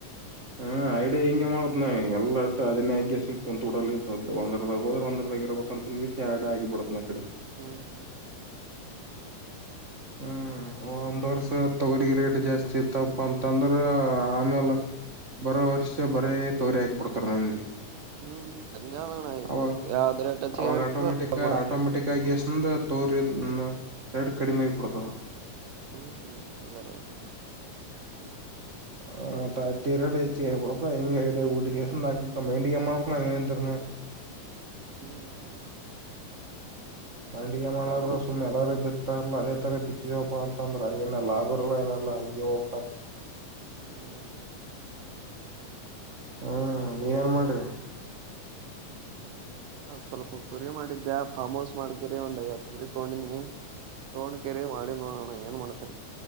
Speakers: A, on the right; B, on the right.
A: ಹ್ಮ್ಮ್ ಐಡಿಯಾ ಹಿಂಗೆ ಮಾಡತಿನಿ ಎಲ್ಲಾಟ್ಟ ಅದನೆ ಹಾಕಿಕೇಸಿ ಕುಂತಬಿಡತೀನಿ. ಸದ ಒಂದರದಾಗ ಹೋದ್ರ ಒಂದದಾಗಿ ಇರ್ಬೇಕು ಅಂತಕೆಸಿ ಯಾಡ್ ಆಗಿಬಡತ್ತ ನ ಆಕಡೆ.
B: ಹ್ಮ್ ಹ್ಮ್ ಹ್ಮ್.
A: ಹ್ಮ್. ಒಂದ್ ವರ್ಷ ತೊಗರಿಗೆ ರೇಟ್ ಜಾಸ್ತಿ ಇತ್ತಪ್ಪ ಅಂತಂದ್ರ ಆಮೇಲ್. ಬರೋ ವರ್ಷ ಬರೇ ತೋಗರಿ ಹಾಕಿಬಿಡ್ತಾರ ಮಂದಿ.
B: ಹ್ಮ್ ಹಂಗದಣ
A: ಅವ
B: ಯಾವ್ದ್ ರೇಟ್ ಹೆಚ್ಚಿಗೆ
A: ಅವಾಗ
B: ಆಗಿರ್ತದ
A: ಆಟೋಮೆಟಿಕ್
B: ಅದ್ ಬಿಡೋದ್
A: ಆಟೋಮೆಟಿಕ್ ಆಗಿ ಎಸ್ಂದ. ತೋಗರಿ ರೇಟ್ ಕಡಿಮೆ ಆಗಿ ಬಿಡ್ತವ.
B: ಹ್ಮ್ ಹ್ಮ್ ಅದರ ಆಯ್ತ ಮ.
A: <inaudible> ಮತ್ತ ಅಕ್ಕಿ ರೇಟ್ ಹೆಚ್ಚ ಆಗಿ ಬಿಡ್ತಾ ಹಿಂಗ ಐಡಿಯಾ ಹೊಡಿ ಗೇರಿಂದ ನಾಲ್ಕ ರುಪಾಯಿ ಮೈಲಿಗೆ ಮಾಡ್ಬೇಕ ನಾವ ಏನಿದ್ರನು.
B: ಹ್ಮ್ ಹ್ಮ್
A: <unintelligible>
B: ಏನ್ ಮಾಡ್ಲಕ್
A: ಮಾಡಲಾರದ
B: ಬರಲ್ಲಣ
A: ಸುಮ್ಮ್ನೆಲ್ಲಾರ ಬಿತ್. ತಾರಲ ಅದೇ ತರ ಬಿತ್ತಿದಿವಿ ಅಪ್ಪಾ ಅಂತ ಅಂದ್ರ ಏನ ಲಾಭ ಇರಲ್ಲ ಏನಾರಾ ಹಂಗೆ ಹೋಗ್ ಬೇಕ್ ಅಗತದ.
B: ಹ್ಮ.
A: ಹ್ಮ್ ನೀವ ಏನ್ ಮಾಡ್ರಿ.
B: ಹಾ ಸ್ವಲ್ಪ ಕುರಿ ಮಾಡಿದ್ದೆ ಫಾರ್ಮ್ ಹೌಸ್ ಮಾಡಿದಿವರಿ ಒಂದ ಐವತ್ತ ಕುರಿ ತಗೊಂಡಿನನಿ. ತೋೊಂಡ ಕೇರಿ ಮಾಡಿ ನೋಡೋಣ ಏನ್ ಮಾಡ್ತರಿ